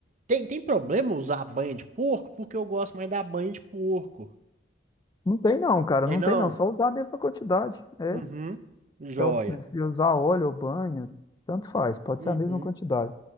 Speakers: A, on the right (about 45°); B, on the left (about 25°).
A: tem, tem problema usar a banha de porco? Porque eu gosto mais da banha de porco.
B: Não tem não, cara,
A: Tem
B: não
A: não?
B: tem não, só usar a mesma quantidade, é.
A: Uhum. Joia.
B: Então, se usar óleo ou banha, tanto faz, pode
A: Uhum.
B: ser a mesma quantidade.